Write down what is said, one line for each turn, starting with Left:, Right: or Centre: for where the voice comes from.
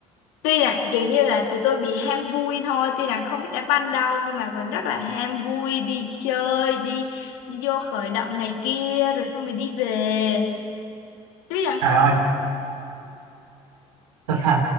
Left: tuy là kiểu như là tụi tôi bị ham vui thôi tuy là không biết đá banh đâu nhưng mà vẫn rất là ham vui đi chơi đi đi vô khởi động này kia rồi xong rồi đi về tuy rằng
Right: Trời
Left: không
Right: ơi, tinh thần